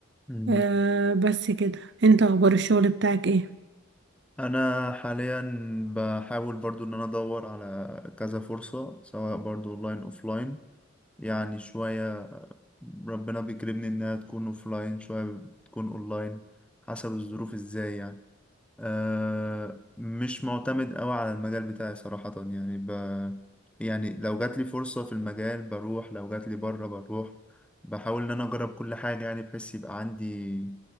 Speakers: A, in the centre; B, on the right (about 55°).
A: مم.
B: أه بس كده انت اخبار الشغل بتاعك ايه
A: انا حاليا بحاول برضو ان انا ادور على كذا فرصه سواء برضو اونلاين اوفلاين يعني شويه ربنا بيكرمني انها تكون اوفلاين شويه تكون اونلاين حسب الظروف ازاي يعني آه، مش معتمد قوي على المجال بتاعي صراحة يعني ب... يعني لو جات لي فرصة في المجال بروح لو جات لي بره بروح بحاول ان انا اجرب كل حاجة يعني بحيث يبقى عندي